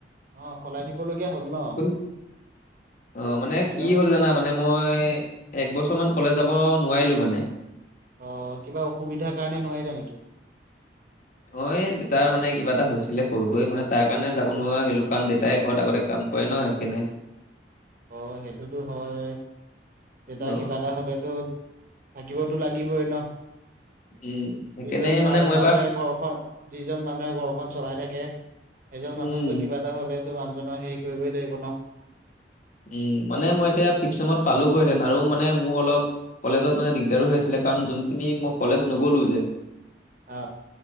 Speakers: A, on the right; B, on the left.
A: অ সলাই দিবলগীয়া হ'ল ন
B: কোন অ মানে
A: হেল্ল'
B: কি হ'ল জানা মানে। মই একবছৰ মান কলেজ যাব নোৱাৰিলো মানে।
A: আহ কিবা অসুবিধাৰ কাৰণে নোৱাৰিলা নেকি।
B: অ দেতাৰ মানে কিবা এটা হৈছিলে সৰুকৈ মানে তাৰ কাৰণে যাব নোৱাৰা হলো কাৰণ দেতাই ঘৰত আগতে। কাম কৰে ন সেইকাৰণে
A: অ সেইটোতো হয় তেতিয়া
B: অ
A: কিবা এটা হলেতো। থাকিবতো লাগিবই ন।
B: উম। সেইকাৰণে
A: যিজন
B: মানে
A: ম
B: মই
A: মানুহে
B: এবাৰ
A: ঘৰখন যিজন মানুহে ঘৰখন চলাই থাকে। সেই জন
B: উম
A: মানুহতো কিবা এটা হ'লেতো মানুহজনৰ হেৰি কৰিবই লাগিব ন।
B: উ মানে মই এতিয়া ফিফ চেমত পালোগৈহেতেন আৰু মানে মোৰ অলপ। কলেজত মানে দিগদাৰো হৈ আছিলে কাৰণ যোনখিনি মই কলেজ নগলো যে।
A: অ।